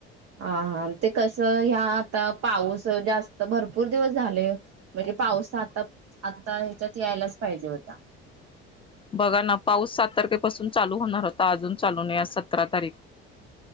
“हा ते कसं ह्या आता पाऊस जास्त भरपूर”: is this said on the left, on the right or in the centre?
Right